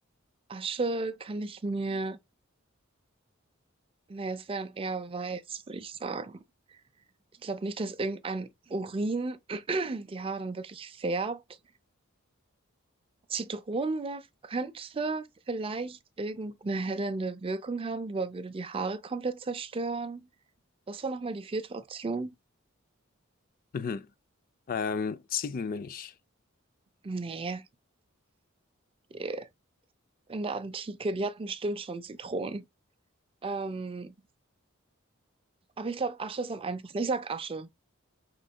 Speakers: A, on the right; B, on the left.
A: Asche kann ich mir, nee, es wäre dann eher weiß, würde ich sagen. Ich glaube nicht, dass irgendein Urin <clears throat> die Haare dann wirklich färbt. Zitronensaft könnte vielleicht irgendeine hellende Wirkung haben, aber würde die Haare komplett zerstören. Was war nochmal die vierte Option?
B: Mhm. Ähm, Ziegenmilch.
A: Nee, in der Antike, die hatten bestimmt schon Zitronen. Ähm, Aber ich glaube, Asche ist am einfachsten. Ich sag Asche.